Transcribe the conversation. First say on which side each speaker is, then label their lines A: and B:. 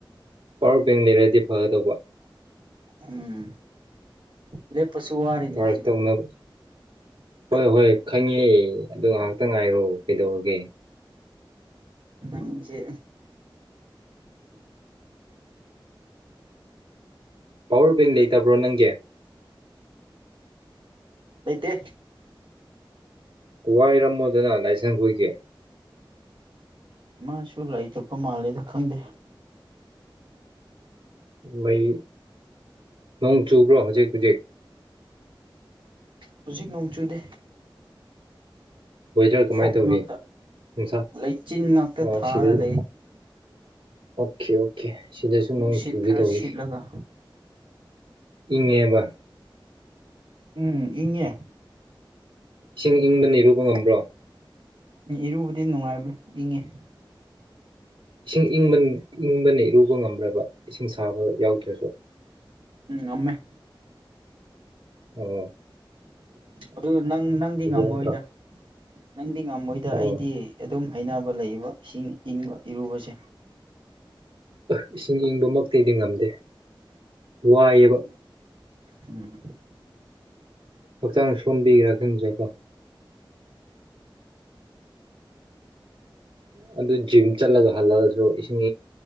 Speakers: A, on the right; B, on the right.
A: ꯄꯋꯥꯔ ꯕꯦꯡ ꯂꯩꯔꯗꯤ ꯐꯒꯗꯧꯕ
B: ꯎꯝ ꯂꯦꯞ ꯄꯁꯨ ꯋꯥꯔꯤꯅꯦ
A: ꯆꯥꯔꯖ
B: ꯁꯤꯗ
A: ꯇꯧꯅꯕ ꯍꯣꯏ ꯍꯣꯏ ꯈꯪꯉꯦ ꯑꯗꯣ ꯉꯥꯏꯍꯥꯛꯇꯪ ꯉꯥꯏꯔꯣ ꯀꯩꯗꯧꯔꯒꯦ
B: ꯅꯪ ꯆꯦ
A: ꯄꯋꯥꯔ ꯕꯦꯡ ꯂꯩꯇꯕ꯭ꯔꯣ ꯅꯪꯒꯤ
B: ꯑꯇ
A: ꯋꯥꯏ ꯔꯝꯃꯣꯗꯅꯥꯥꯏ ꯆꯪꯈꯣꯏꯒ
B: ꯃꯥꯁꯨ ꯂꯩꯇꯣꯞꯄ ꯃꯥꯜꯂꯦꯗ ꯈꯪꯗꯦ
A: ꯃꯩ ꯅꯣꯡ ꯆꯨꯞꯕ꯭ꯔꯣ ꯍꯧꯖꯤꯛ <inaudible>
B: ꯍꯧꯖꯤꯛ ꯅꯣꯡ ꯆꯨꯗꯦ
A: ꯋꯦꯗꯔ ꯀꯃꯥꯏꯅ
B: ꯐꯣꯛ
A: ꯇꯧꯔꯤ
B: ꯉ
A: ꯅꯨꯡꯁꯥ
B: ꯂꯩꯆꯤꯟ ꯉꯥꯛꯇ
A: ꯑꯣ
B: ꯊꯥꯔ
A: ꯁꯤꯗ
B: ꯂꯩ
A: ꯑꯣꯀꯦ ꯑꯣꯀꯦ ꯁꯤꯗꯁꯨ
B: ꯅꯨꯡꯁꯤꯠ
A: ꯅꯣꯡ ꯆꯨꯒꯦ
B: ꯈꯔꯔ
A: ꯇꯧꯔꯤ
B: ꯁꯤꯠꯂꯒꯥ
A: ꯏꯉꯦꯕ
B: ꯎꯝ ꯏꯦ
A: ꯏꯁꯤꯡ ꯏꯪꯅ ꯅꯅꯤꯔꯨꯕ ꯉꯝꯕ꯭ꯔꯣ
B: ꯎꯝ ꯏꯔꯨꯕꯗꯤ ꯅꯨꯡꯉꯥꯏꯕ ꯏꯪꯉꯤ
A: ꯏꯁꯤꯡ ꯏꯪꯕ ꯏꯪꯕꯅ ꯏꯔꯨꯕ ꯉꯝ꯭ꯔꯕ ꯏꯁꯤꯡ ꯁꯥꯕ ꯌꯥꯎꯗ꯭ꯔꯁꯨ
B: ꯎꯝ ꯉꯝꯃꯦ
A: ꯑꯣꯝ
B: ꯑꯗꯨ ꯅꯪ ꯅꯪꯗꯤ ꯉꯝꯃꯣꯏꯗ
A: ꯅꯠꯇ꯭ꯔꯣ
B: ꯅꯪꯗꯤ ꯉꯝꯃꯣꯏꯗ
A: ꯑꯣ
B: ꯑꯩꯗꯤ ꯑꯗꯨꯝ ꯍꯩꯅꯕ ꯂꯩꯕ ꯏꯁꯤꯡ ꯏꯪꯕ ꯏꯔꯨꯕꯁꯦ
A: ꯑ ꯏꯁꯤꯡ ꯏꯪꯕꯃꯛꯇꯤꯗꯤ ꯉꯝꯗꯦ ꯋꯥꯏꯕ
B: ꯎꯝ
A: ꯍꯛꯆꯥꯡ ꯁꯣꯝꯕꯤꯒꯦꯔꯥ ꯈꯪꯖꯦꯀꯣ ꯎꯝ ꯑꯗꯨ ꯖꯤꯝ ꯆꯠꯂꯒ ꯍꯜꯂꯛꯑꯁꯨ ꯏꯁꯤꯡ